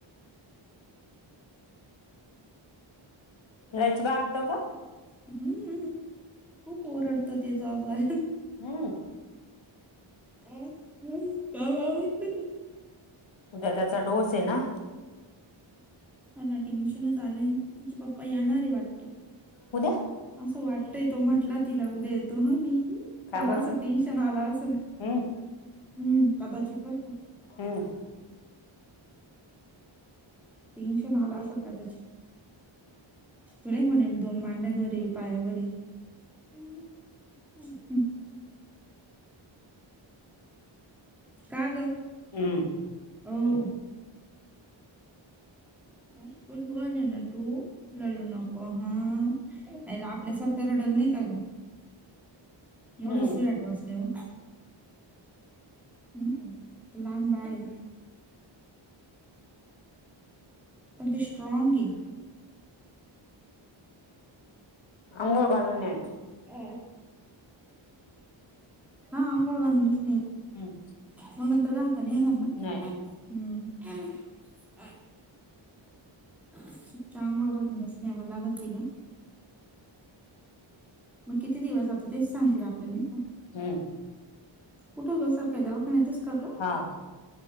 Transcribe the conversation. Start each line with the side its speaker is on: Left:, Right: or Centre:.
Left: लयच
Centre: रज कू
Left: गागत ग
Centre: हम्मम्म खूप ओरडतं त्याचा आजार
Left: हम
Centre: अ हम बा बा म्हटलं तू
Left: उद्या त्याचा डोस आहे ना
Centre: ह ना टेन्शनच आलंय तिचे पप्पा येणार आहे वाटत
Left: उद्या
Centre: असं वाटतय तो म्हटला तिला उद्या येतो ह मी त्याला
Left: का बर
Centre: असं
Left: हम्म
Centre: टेन्शन आलं असं हम्म कदाचित बर का
Left: हम्म
Centre: तीन्शन आला असेल का त्याची तुलाक म्हणे दोन मांड्यांवर पायावर ह् हम् का ग
Left: हम्म
Centre: हो. कुठ बल आहे ना तू ललू नको हाला आपल्यासारखं. करडल नाही का ग एवढ
Left: हम्म
Centre: स्ट वाचले हो. हम्म लहान बाळी. त ते स्ट्रॉग आहे.
Left: अंघोळ घलून नेत.
Centre: अ. हा आंघोळ घालूनच.
Left: हम्म
Centre: मग नंतर घालताना येणार ना
Left: नाही
Centre: हम्म. ह. अच्छा आंघोळ घालूनच न्यावं लागेल तिला. मग किती दिवस आता तेच सांगतील आपल्या नाही का.
Left: हम्म.
Centre: कुठं ग सारखं दवाखान्यातच का ग.
Left: हा